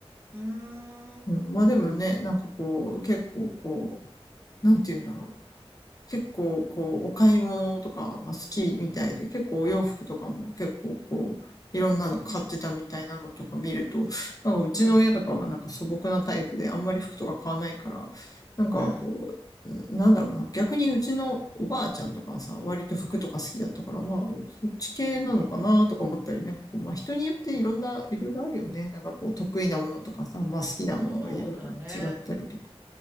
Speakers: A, on the right; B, on the left.
A: うー
B: うん、
A: ん、う
B: まあでもね、なんかこう、結構こう、なんて言うんだろう。結構こう、お買い物とか、まあ、好きみたいで、結構お洋服とかも結構こう、いろんなの買ってたみたいなのとか見ると、
A: ん、
B: なんかうちの親とかはなんか素朴なタイプであんまり服とか買わないから、
A: うん。
B: なんかこう、
A: うん。
B: なんだろうな、逆にうちのおばあちゃんとかはさ、割と服とか好きだったから、まあ、そっち系なのかなとか思ったり、なんかこう、まあ人によっていろんな、いろいろあるよね。なんかこう、得意なものとかさ、まあ好きなものがいろいろ違ったりとか。
A: そうだね。